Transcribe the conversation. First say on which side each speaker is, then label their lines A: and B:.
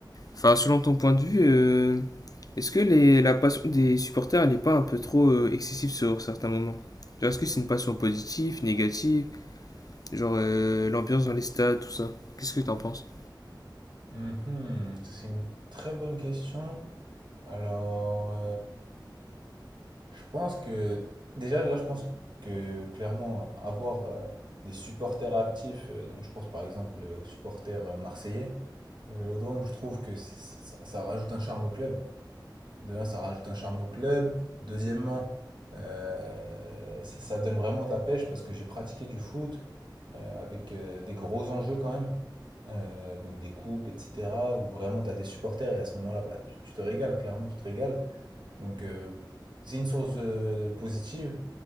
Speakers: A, on the left; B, on the right.
A: enfin, selon ton point de vue, euh, est-ce que les, la passion des supporters, elle n'est pas un peu trop euh, excessive sur certains moments? Genre, est-ce que c'est une passion positive, négative? Genre, euh, l'ambiance dans les stades, tout ça. Qu'est-ce que t'en penses?
B: Mhm, ça, c'est une très bonne question. Alors, Je pense que déjà là, je pense que clairement avoir euh, des supporters actifs, euh, donc je pense par exemple euh, aux supporters euh, marseillais au Vélodrome, je trouve que c'est- ça, ça rajoute un charme au club. De un, ça rajoute un charme au club. Deuxièmement, euh, ça, ça donne vraiment de la pêche parce que j'ai pratiqué du foot euh, avec euh, des gros enjeux quand même, Euh, donc des coupes, etc. Où vraiment tu as des supporters et à ce moment-là, bah, tu, tu te régales, clairement, tu te régales. Donc euh, c'est une source euh, positive.